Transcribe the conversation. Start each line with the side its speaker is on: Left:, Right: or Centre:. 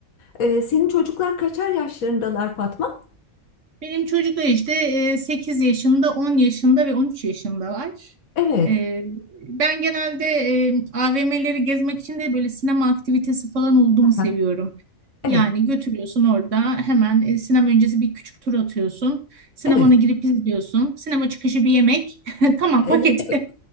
Left: E, senin çocuklar kaçar yaşlarındalar Fatma?
Right: Benim çocuklar işte e, 8 yaşında, 10 yaşında ve 13 yaşındalar.
Left: Evet.
Right: Ee, ben genelde e, AVM'leri gezmek için de böyle sinema aktivitesi falan olduğumu
Left: Aha,
Right: seviyorum.
Left: Evet.
Right: Yani götürüyorsun orada hemen e, sinema öncesi bir küçük tur atıyorsun. Sinemana
Left: Evet.
Right: girip izliyorsun. Sinema çıkışı bir yemek. <laughs> Tamam
Left: Evet.
Right: paketi.
Left: <laughs> Evet.